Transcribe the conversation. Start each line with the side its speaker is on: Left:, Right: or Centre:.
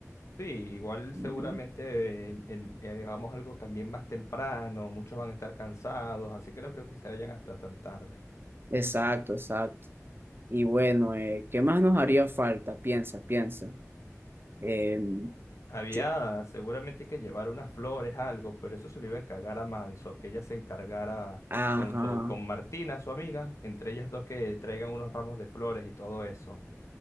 Left: Sí, igual
Right: Ujú.
Left: seguramente eh, en- eh, hagamos algo también más temprano, muchos van a estar cansados, así que no creo que se vayan hasta tan tarde.
Right: Exacto, exacto. Y bueno, eh, ¿qué más nos haría falta? Piensa, piensa. Em,
Left: Había
Right: yo-
Left: seguramente que llevar unas flores, algo, pero eso se lo iba a encargar a Manso, que ella se encargara
Right: ajá.
Left: con, su- con Martina, su amiga, entre ellas dos que traigan unos ramos de flores y todo eso.